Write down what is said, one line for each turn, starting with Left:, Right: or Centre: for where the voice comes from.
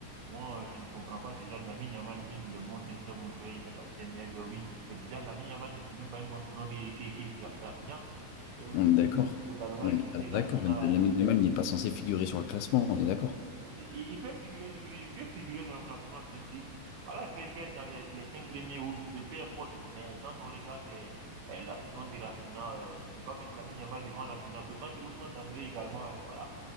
Right: moi, euh, je ne comprends pas déjà Lamine Yamal, oui, il est bon, c'est un très bon joueur, il fait partie des meilleurs joueurs, oui. Mais déjà, Lamine Yamal ne fait même pas une bonne saison que, que, que Ra- Rafinha. Et aujourd'hui,
Left: On est d'accord.
Right: ils ont totalement
Left: On
Right: éclipsé
Left: est totalement
Right: Rafinha.
Left: d'accord. Lamine
Right: euh.
Left: Yamal n'est pas censé figurer sur le classement, on est d'accord.
Right: Il, il peut figurer, oui, il peut figurer dans le classement, bien sûr. Voilà, il peut, il peut être dans les, les cinq premiers ou peu, peu importe. Mais quand on regarde euh, euh, la saison de Rafinha, euh, tu peux pas mettre Lamine Yamal devant Rafinha, d'autant que Ousmane Dembélé également, euh, voilà.